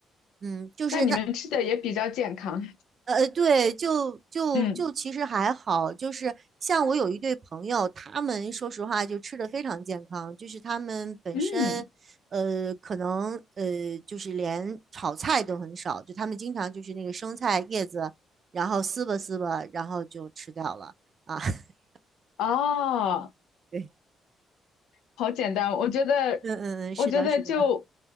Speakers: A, on the right (about 45°); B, on the left (about 85°).
A: 嗯，就是那。
B: 那你们吃的也比较健康。
A: 呃，对，就就就其实还好，
B: <laughs> 嗯。
A: 就是像我有一对朋友，他们说实话就吃的非常健康，就是他们本身，
B: 嗯，
A: 呃，可能呃，就是连炒菜都很少，就他们经常就是那个生菜叶子，然后撕吧撕吧，然后就吃掉了啊。<laughs>
B: 哦，
A: 对，
B: 好简单。我觉得，
A: 嗯嗯嗯，
B: 我觉得就
A: 是的，是的。